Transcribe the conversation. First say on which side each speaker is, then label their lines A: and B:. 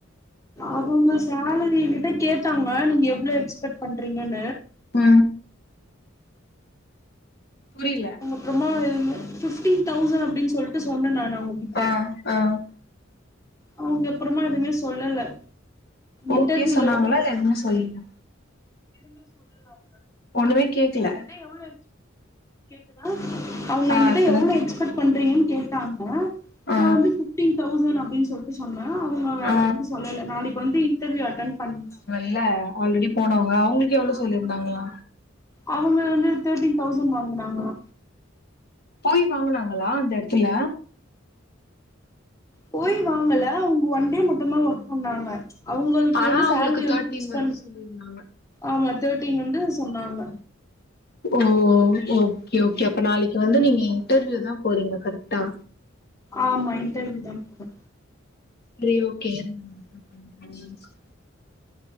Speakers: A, on the left (about 15°); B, on the left (about 50°).
A: அவுங்க சேலரி எங்கிட்ட கேட்டாங்க நீங்க எவ்ளோ எக்ஸ்பெட் பண்றீங்கன்னு
B: அ புரில
A: அப்றமா இது மாரி ஃபிஃப்டீன் தௌசண் அப்டின் சொல்ட்டு சொன்னே நானு அவுங்ககிட்ட
B: ஆ ஆ
A: அவுங்க அப்புறமா எதுமே சொல்லல
B: ஓகே
A: இன்டர்வியூலதா
B: சொன்னாங்களா இல்ல எதுமே சொல்லியா
A: எதுமே சொல்லல அவுங்க
B: ஒண்ணுமே கேக்கல
A: க எவ்ளோ எக்ஸ் கேக்குதா அவுங்க
B: ஆ
A: எங்கிட்ட
B: இப்பதா
A: எவ்ளோ
B: கே
A: எக்ஸ்பெட் பண்றீங்கன் கேட்டாங்க
B: ஆ
A: நா வந்து ஃபிஃப்டீன் தௌசண் அப்டின் சொன் போய் சொன்னே அவுங்க வேற
B: ஆ
A: எதுமே சொல்லல நாளைக் வந்து இன்டர்வியூ அட்டன் பண்ண
B: இல ஆல்ரெடி போனவங்க அவுங்களுக்கு எவ்ளோ சொல்லிருந்தாங்களா
A: அவுங்க வந்து தேட்டின் தௌசண் வாங்குனாங்களா
B: போய் வாங்கனாங்களா அந்த எடத்துல
A: போய் வாங்கல அவுங்க ஒன் டே மட்டுந்தா ஒர்க் பண்ணாங்க அவுங்களுக்கு
B: ஆனா
A: வந்து
B: அவங்களுக்கு
A: சேலரி வந்து
B: தேர்ட்டீன்
A: ஃபிக்ஸ் பண்
B: சொல்லியிருந்தாங்க
A: ஆமா தேட்டின் வந்து சொன்னாங்க
B: ஓ ஓகே ஓகே அப்ப நாளைக்கு வந்து
A: ம்
B: நீங்க இன்டர்வியூதா போறீங்க கரெக்டா
A: ஆமா இன்டர்வ்யூதா பேறே
B: செரி ஓகே இருங்க நா அப்ற பண்றே <unintelligible>